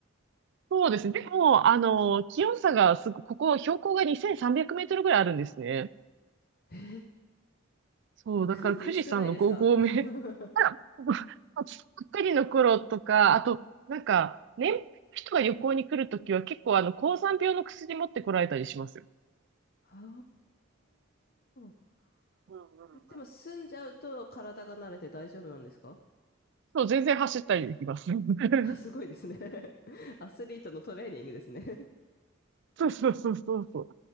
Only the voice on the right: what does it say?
そうですね。でも、あの、気温差がすご、ここ標高が2300メートルぐらいあるんですね。
そう、だから富士山の5合目あば
っかりの頃とか、あと、なんか、年配の人が旅行に来るときは結構あの、高山病の薬持ってこられたりしますよ。
うんうんう
ん。そう、全然走ったりできます。<laughs>
そうそうそうそうそう。